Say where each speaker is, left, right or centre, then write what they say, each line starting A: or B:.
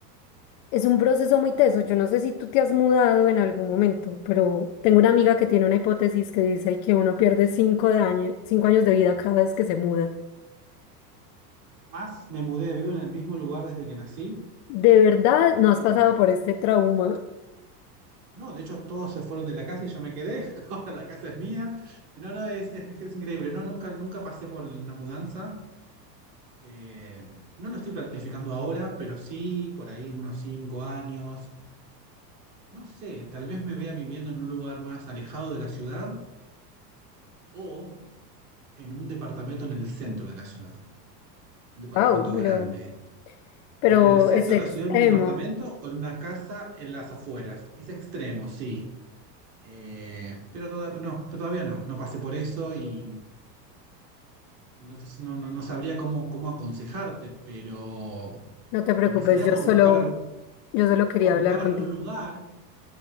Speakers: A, on the left (about 40°); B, on the right (about 70°).
A: Es un proceso muy teso. Yo no sé si tú te has mudado en algún momento, pero tengo una amiga que tiene una hipótesis que dice que uno pierde cinco de año- cinco años de vida cada vez que se muda.
B: Más me mudé, vivo en el mismo lugar desde que nací.
A: De verdad, no has
B: eh,
A: pasado por este trauma.
B: No, de hecho todos se fueron de la casa y yo me quedé, <laughs> ahora la casa es mía. No, no, es, es- es increíble, no, nunca, nunca pasé por una mudanza. Eh, no lo estoy planificando ahora, pero sí por ahí en unos cinco años. No sé, tal vez me vea viviendo en un lugar más alejado de la ciudad o en un departamento en el centro de la ciudad, un departamento
A: Wow, pero,
B: grande.
A: pero
B: O en el centro
A: es extremo.
B: de la ciudad en un departamento o en una casa en las afueras. Es extremo, sí. Eh, pero, toda- no, pero todavía no, no pasé por eso y, y entonces no, no, no sabría cómo, cómo aconsejarte, pero
A: No te preocupes,
B: empezaría
A: yo
B: por
A: solo,
B: buscar, al-
A: yo solo quería
B: por
A: hablar
B: buscar
A: contigo.
B: algún lugar,